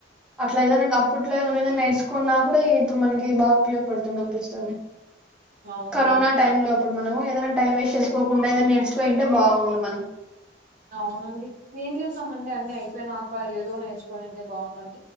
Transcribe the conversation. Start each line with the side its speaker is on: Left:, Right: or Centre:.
Centre: అట్లైతే నేనప్ ఇప్పట్లోఏమన్నా ఏదో నేర్చుకున్నా కూడా ఇప్పుడు మనకి బాగా ఉపయోగపడుతుంది అని అనిపిస్తుంది
Right: అవునండి
Centre: కరోనా టైం లో అప్పుడు మనం ఏదైనా టైం వేస్ట్ చేసుకోకుండా ఏదైనా నేర్చుకోంటే బాగుండు మనం
Right: అవునండి ఎం చేస్తామండి అన్నీ అయిపోయినాక ఏదో నేర్చుకొనింటే బాగుండు అని